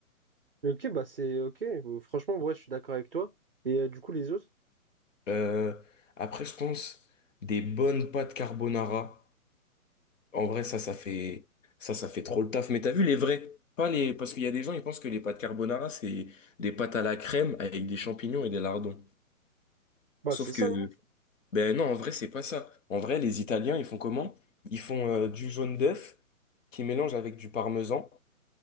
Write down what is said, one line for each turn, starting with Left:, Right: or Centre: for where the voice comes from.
Right: Ok, bah c'est ok. Euh, Franchement, ouais, je suis d'accord avec toi. Et euh, du coup, les autres?
Left: Euh, après, je pense des bonnes pâtes carbonara. En vrai, ça, ça fait, ça, ça fait trop le taf. Mais t'as vu les vrais? Pas les, parce qu'il y a des gens, ils pensent que les pâtes carbonara, c'est des pâtes à la crème avec des champignons et des lardons.
Right: Bah
Left: Sauf
Right: c'est ça,
Left: que,
Right: non?
Left: ben non, en vrai, c'est pas ça. En vrai, les Italiens, ils font comment? Ils font euh, du jaune d'œuf qui mélange avec du parmesan.